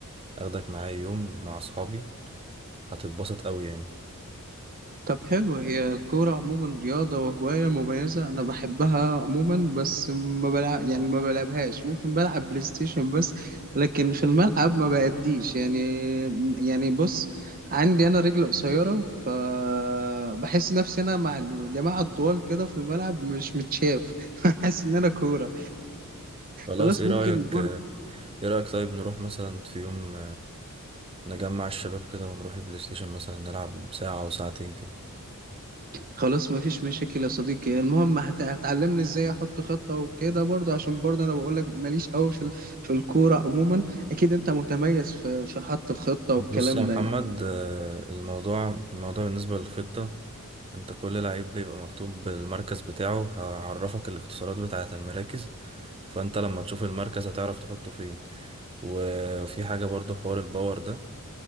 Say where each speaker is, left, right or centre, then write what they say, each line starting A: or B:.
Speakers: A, on the right; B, on the right.
A: أخدك معايا يوم مع أصحابي هتتبسط أوي يعني
B: طب حلو هي الكورة عموما رياضة وهواية مميزة أنا بحبها عموما بس ما بلعب يعني ما بلعبهاش ممكن بلعب بلاي ستيشن بس لكن في الملعب ما بأديش يعني يعني بص عندي أنا رجل قصيرة فبحس نفسي أنا مع الجماعة الطوال كده في الملعب مش متشاف <laughs> بحس إن أنا كورة
A: خلاص
B: خلاص
A: إيه
B: ممكن
A: رأيك إيه رأيك طيب نروح مثلا في يوم نجمع الشباب كده ونروح البلاي ستيشن مثلا نلعب ساعة أو ساعتين كده
B: خلاص مفيش مشاكل يا صديقي المهم هت- هتعلمني ازاي احط خطة وكده برضه عشان برضه انا بقولك ماليش قوي في ال- في الكورة عموما اكيد انت متميز في في حط الخطة
A: بص
B: والكلام
A: يا محمد
B: ده يعني.
A: آه، الموضوع الموضوع بالنسبة للخطة أنت كل لعيب بيبقى مكتوب المركز بتاعه هعرفك الاختصارات بتاعة المراكز فأنت لما تشوف المركز هتعرف تحطه فين وفي حاجة برضو حوار الباور ده